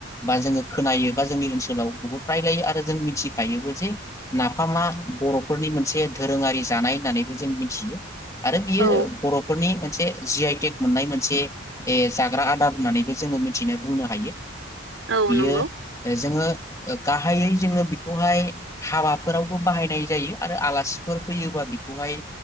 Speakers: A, on the left; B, on the right.
A: बा जोङो खोनायोबा जोंनि ओनसोलाव बहुद रायलायो आरो जों मिथिखायोबो जे नाफामा बरफोरनि मोनसे दोरोङारि जानाय होननानैबो जों मिथियो आरो बियो
B: औ
A: बर'फोरनि मोनसे जी आइ टेग मोननाय मोनसे ए जाग्रा आदार होननानैबो जोङो मिथिनो बुंनो हायो
B: औ
A: बियो
B: नंगौ
A: जोङो ओ गाहायै जोङो बेखौहाय हाबाफोरावबो बाहायनाय जायो आरो आलासिफोर फैयोबा बेखौहाय